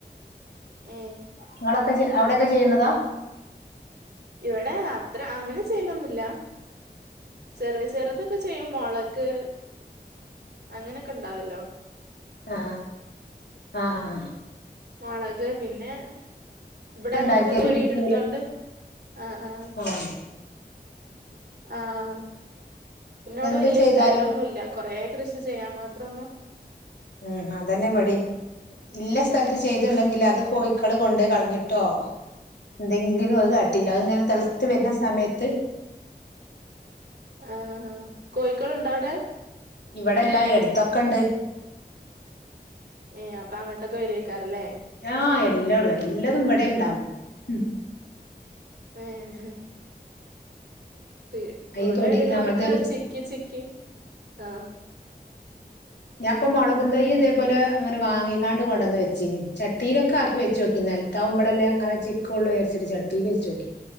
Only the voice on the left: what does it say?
ങ്ങളൊക്കെ അവടെക്കെ ചെയ്യുന്നതാ
ആ ആ ആ
ഉണ്ടാക്കിയ
പിടിക്കൂല
ആഹ്
എന്ത്
ചെയ്താലും
മ് അതന്നെ ഇവ ടിം ഇല്ല സ്ഥലത്ത് ചെയ്ത്ണ്ടെങ്കില് അത് കോഴക്കള് കൊണ്ട് കളഞ്ഞിട്ടോ എന്തെങ്കിലും അത് അത് ങ്ങനെ തെളത്ത്
വരുന്ന സമയത്ത്
ഇബടെല്ലാ എട്ത്ത്ക്കെണ്ട്
ആ എല്ലൗടെ എല്ലതും ബടെ ണ്ടാവും മ്
ഈ
തൊടി
ഞങ്ങൾതെ
ഒരു
ഞാൻ പ്പം മൊളക്ം തയ്യ് ഇതേപോലെ അങ്ങനെ വാങ്ങിക്കാണ്ട് കൊണ്ടന്ന് വെച്ചീനി ചട്ടിയിലൊക്കെ ആക്കി വെച്ചോക്കി ന്നൽത്താവുമ്പളല്ലേ അങ്ങനെ ചിക്കൊള്ളു ഇയാരിച്ചിട്ട് ചട്ടീല് വെച്ച് ഓക്കിഅപ്പ്